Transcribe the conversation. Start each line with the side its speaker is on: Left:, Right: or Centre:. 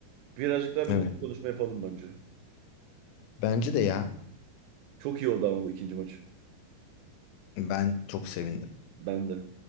Right: birazcık daha bir
Left: yani.
Right: mutlu
Left: Evet.
Right: konuşma yapalım bence.
Left: Bence de ya.
Right: Çok iyi oldu ama bu ikinci maç.
Left: Ben çok sevindim.
Right: Ben de.